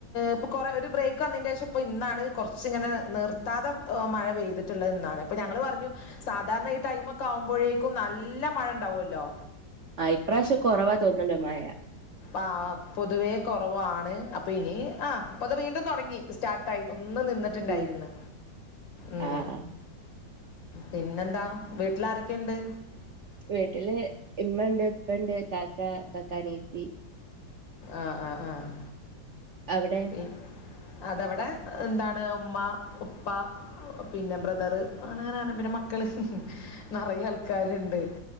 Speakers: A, on the left; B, on the right.
A: ഇപ്പൊ കുറേ ഒരു ബ്രേക്ക് വന്നയ്ന്റെഷം ഇപ്പം ഇന്നാണ് കുറച്ച് ഇങ്ങനെ നിർ സാധാ മഴ പെയ്തിട്ടുള്ളത് ഇന്നാണ് അപ്പൊ ഞങ്ങൾ പറഞ്ഞു സാധാരണ ഈ ടൈമൊക്കെ ആവുമ്പോഴേ ക്കും നല്ല മഴ ഉണ്ടാവല്ലോ.
B: ആഹ് ഇപ്രാവശ്യം കൊറവാ തോന്നുന്നുണ്ട് മഴ
A: ആഹ് പൊതുവേ കുറവാണ് അപ്പൊനി ആഹ് അപ്പത് വീണ്ടും തുടങ്ങി സ്റ്റാർട്ടായി ഒന്ന് നിന്നിട്ടുണ്ടായിര്ന്ന്.
B: ഉം
A: ഉം
B: ആഹ്
A: പിന്നെന്താ വീട്ടിലാരൊക്കെണ്ട്?
B: വീട്ടില് ഇമ്മണ്ട് ഇപ്പണ്ട് താത്ത കാക്കാ അനിയത്തി.
A: ആഹ് ആഹ് ആഹ്
B: അവിടെ?
A: പിന്നെ അതവിടെ എന്താണ് ഉമ്മ ഉപ്പ പിന്നെ ബ്രദർ അങ്ങനങ്ങനെ പിന്നെ മ മക്കള് നിറയെ ആൾക്കാരുണ്ട്